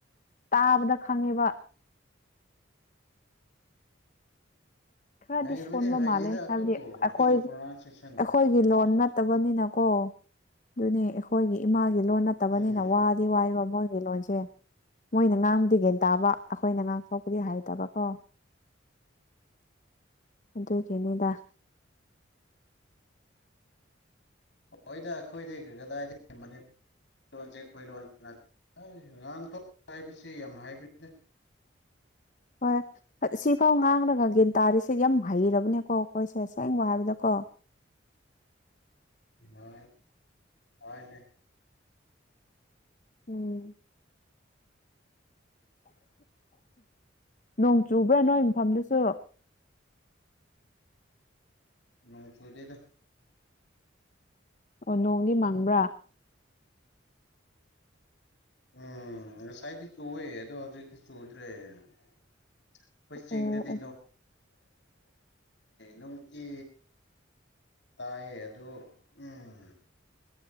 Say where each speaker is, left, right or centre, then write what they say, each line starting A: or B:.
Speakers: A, on the left; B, on the left.
A: ꯇꯥꯕꯗ ꯈꯪꯉꯤꯕ ꯈꯔꯗꯤ
B: ꯍꯩꯕꯗꯤ
A: ꯁꯣꯟꯕ
B: ꯍꯩꯌꯦꯗ
A: ꯃꯥꯜꯂꯦ ꯍꯥꯏꯕꯗꯤ
B: ꯑꯗꯨꯕꯨ
A: ꯑꯩꯈꯣꯏ
B: ꯑꯩꯈꯣꯏꯒꯤ ꯄ꯭ꯔꯣꯅꯥꯎꯟꯁꯤꯌꯦꯁꯟ
A: ꯑꯩꯈꯣꯏꯒꯤ ꯂꯣꯟ ꯅꯠ ꯅꯠꯇꯕꯅꯤꯅꯀꯣ ꯑꯗꯨꯅꯦ ꯑꯩꯈꯣꯏꯒꯤ ꯏꯃꯥꯒꯤ ꯂꯣꯟ ꯅꯠꯇꯕꯅꯤꯅ
B: ꯎꯝ
A: ꯋꯥꯗꯤ ꯋꯥꯕ ꯃꯣꯏ ꯑꯩꯒꯤ ꯂꯣꯟꯁꯦ ꯃꯣꯏꯅ ꯉꯥꯡꯕꯨꯗꯤꯒꯦꯟ ꯇꯥꯕ ꯑꯩꯈꯣꯏꯅ ꯉꯥꯡꯊꯣꯛꯄꯗꯤ ꯍꯩꯇꯕꯀꯣ <inaudible> ꯑꯗꯨꯒꯤꯅꯤꯗ
B: ꯍꯣꯏꯗ ꯑꯩꯈꯣꯏꯗꯤ ꯀꯗꯥꯏꯗꯅꯤ ꯂꯣꯟꯁꯦ ꯑꯩꯈꯣꯏ ꯂꯣꯟ ꯉꯥꯡꯊꯄ ꯍꯥꯏꯕꯁꯤ ꯌꯥꯝ ꯍꯥꯏꯕꯅꯤꯗ
A: ꯍꯣꯏ ꯁꯤꯐꯥꯎ ꯉꯥꯡꯅ ꯉꯒꯤ ꯇꯥꯔꯤꯁꯦ ꯌꯥꯝ ꯍꯩꯔꯕꯅꯦꯀꯣ ꯑꯩꯈꯣꯏꯁꯦ ꯁꯦꯡꯕ ꯍꯥꯏꯕꯗꯀꯣ
B: ꯍ ꯍꯅꯦ
A: ꯎꯝ ꯅꯣꯡ ꯆꯨꯕ꯭ꯔꯥ ꯅꯣꯏ ꯃꯐꯝꯗꯨꯁꯨ <inaudible>
B: ꯅꯣꯡ ꯁꯨꯗꯤꯗ
A: ꯑꯣ ꯅꯣꯡꯗꯤ ꯃꯪꯕ꯭ꯔꯥ
B: ꯎꯝ ꯉꯁꯥꯏꯗꯤ ꯆꯨꯏꯦ ꯑꯗꯣ ꯍꯧꯖꯤꯛꯇꯤ ꯆꯨꯗ꯭ꯔꯦ ꯑꯩꯈꯣꯏ ꯆꯤꯡꯗꯗꯤ
A: ꯑꯣ ꯑꯣ
B: ꯅꯣꯡ ꯀꯤ ꯇ <unintelligible> ꯑꯗꯨ ꯎꯝ